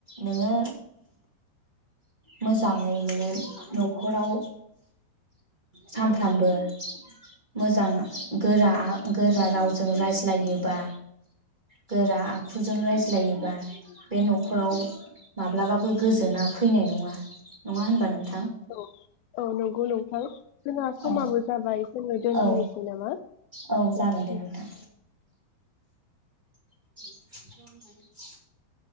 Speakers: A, on the right (about 15°); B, on the left (about 80°).
A: नोङो मोजाङै नोङो न'खराव सानफ्रामबो मोजां गोरा आ गोरा रावजों रायज्लायोबा गोरा आखुजों रायज्लायोबा बे न'खराव माब्लाबाबो गोजोना फैनाय नङा नङा होनबा नों
B: औ औ नंगौ नोंथां जोंहा समाबो
A: औ
B: जाबाय जोङो दोनथ'नोसै
A: औ
B: नामा दे
A: औ जागोन
B: ओम
A: दे नोंथां औ दे